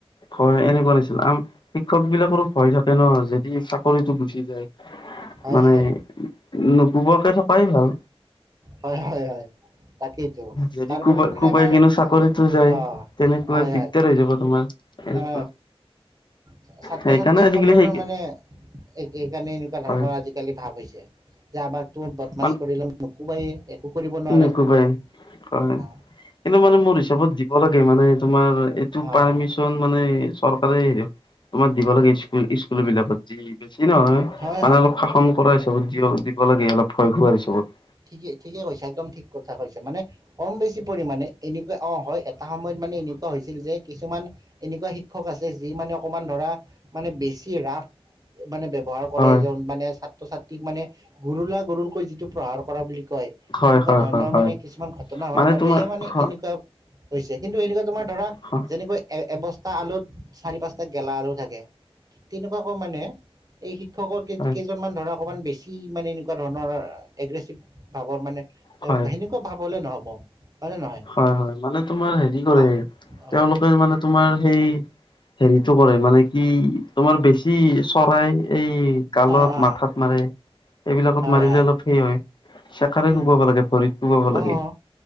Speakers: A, on the left; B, on the right.
A: হয় এনেকুৱা নিচিনা আৰু শিক্ষক বিলাকৰো ভয় থাকে ন যেত ই চাকৰিতটো গুচি যায়
B: হয়
A: মানে
B: হয়
A: নুপুবাকে থকাই ভাল।
B: হয় হয় হয় তাকেই। টো
A: যদি
B: তাৰ
A: কোবাই
B: ফলত মানে
A: কোবাই
B: আমাৰ
A: কিনো চাকৰিতো যায়
B: অ',
A: তেনেকুৱা
B: হয়
A: দিগদাৰ
B: হয়।
A: হৈ যাব তোমাৰ। এনেকুৱা
B: অ। চা ছাত্ৰ
A: সেইকাৰণে
B: ছাত্ৰী সকলৰো
A: আজিকালি সেই
B: মানে এক সেইকাৰণে এনেকুৱা ধৰণৰ
A: হয়
B: আজি কালি ভাৱ হৈছে যে আমাক তো বদমাছ
A: মান
B: কৰিলেও নোকোবাইয়ে একো কৰিব নোৱাৰে
A: নুকুবাই
B: অ।
A: হয় কিন্তু মানে মোৰ হিচাপত দিব লাগে মানে তোমাৰ এত টো
B: হয়
A: পাৰ্মিচন মানে চৰকাৰে হেৰি তোমাৰ দিব লাগে স্কুল স্কুল বিলাকত। বেছি নহয়
B: হয় হয়
A: মানে
B: হয়
A: অলপ শাসন কৰা হিচাপত দিয় দিব লাগে অলপ ভয় খোৱাৰ হিচাপত।
B: ঠিকেই ঠিকে কৈছা একদম ঠিক কথা কৈছে মানে কম বেছি পৰিমানে এনেকুৱা অ হয় এটা সমইত। মানে এনেকুৱা হৈছিল যে কিছুমান এনেকুৱা শিক্ষক আছে যি মানে অকমান ধৰা। মানে বেছি ৰাপ। মানে ব্যৱহাৰ কৰে
A: হয়
B: জোন মানে ছাত্ৰ ছাত্ৰীক মানে গুৰুলা গুৰুলকৈ যিটো প্ৰহাৰ। কৰা বুলি কয়
A: হয়
B: সেনেকুৱা
A: হয়
B: ধৰণৰ
A: হয় হয়
B: মানে কিছুমান ঘটনা হোৱাৰ
A: মানে
B: বাবেহে
A: তোমাৰ
B: মানে
A: হয়
B: এনেকুৱা। হৈছে কিন্তু এনেকুৱা তোমাৰ ধৰা।
A: হয়
B: যেনেকৈ এ এবচতা আলুত চাৰি পাঁচটা গেলা আলু থাকে ঠিক তেনেকুৱাকৈ মানে। এই শিক্ষকৰ কেই
A: হয়
B: কেইজনমান ধৰা অকণমান বেছি মানে এনেকুৱা ধৰণৰ এগ্ৰেছিভ। ভাবৰ মানে এ
A: হয়
B: সেনেকুৱা ভাবহলে নহব। হয় নে নহয়?
A: হয় হয় মানে তোমাৰ হেৰি কৰে
B: হা অ
A: তেওঁলোকে মানে তোমাৰ সেই। হেৰিটো কৰে মানে কি তোমাৰ বেছি চৰাই এই। গালত
B: অ অ
A: মাথাত মাৰে এইবিলাকত
B: হয়
A: মাৰিলে
B: হয়
A: অলপ সেই হয়। চেকাৰে
B: উম
A: কোবাব লাগে ভৰিত কোবাব লাগে।
B: অ অ